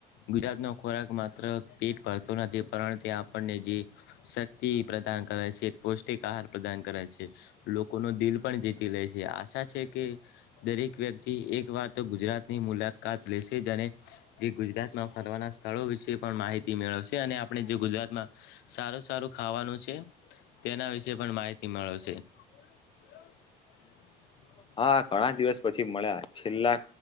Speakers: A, on the left; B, on the left.
A: ગુજરાતનો ખોરાક માત્ર પેટ ભરતું નથી, પરંતુ આપણને જે શક્તિ પ્રદાન કરે છે. પૌષ્ટિક આહાર પ્રદાન કરે છે, લોકોનો દિલ પણ જીતી લે છે, આશા છે કે, દરેક વ્યક્તિ એક વાર તો ગુજરાત મુલાકાત લેશે જેને જે ગુજરાતમા, ફરવાના સ્થળો વિશે પણ માહિતી મેળવશે અને આ આપડે જે ગુજરાતમાં સારું સારું ખાવાનું છે, તેના વિશે પણ માહિતી મેળવશે <unintelligible>
B: હા, ઘણા દિવસ પછી, મળ્યા છેલ્લા